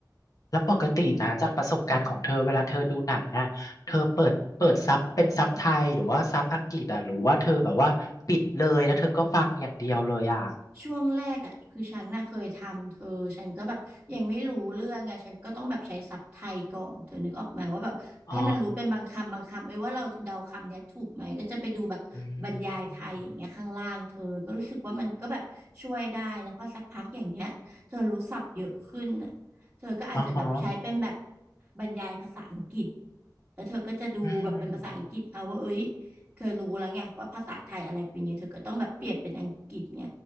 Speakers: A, on the left (about 55°); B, on the right (about 25°).
A: แล้วปกตินะจากประสบการณ์ของเธอเวลาเธอดูหนังอ่ะเธอเปิดเปิดซับเป็นซับไทยหรือว่าซับอังกฤษอ่ะหรือว่าเธอแบบว่าปิดเลยแล้วเธอก็ฟังอย่างเดียวเลยอ่ะ
B: ช่วงแรกอ่ะคือฉันน่ะเคยทำเธอฉันก็แบบยังไม่รู้เรื่องไงฉันก็ต้องแบบใช้ศัพท์ไทยก่อนเธอนึกออกไหมว่าแบบให้มันรู้เป็นบางคำบางคำเอ้ยว่าเราจะเดาคำเนี้ยถูกไหมก็จะไปดูแบบบรรยายไทยอย่างเงี้ยข้างล่างเธอก็รู้สึกว่ามันก็แบบช่วยได้นะเพราะสักพักอย่างเงี้ยเธอรู้ศัพท์เยอะขึ้นน่ะเธอก็อาจจะแบบใช้เป็นแบบ
A: อ๋ออืมอ๋อฮะ
B: บรรยายภาษาอังกฤษแล้วเธอก็จะดูแบบเป็นภาษาอังกฤษเอาว่าเอ้ย
A: อืม
B: เธอรู้แล้วไงว่าภาษาไทยอะไรเป็นไงเธอก็ต้องแบบเปลี่ยนเป็นอังกฤษไง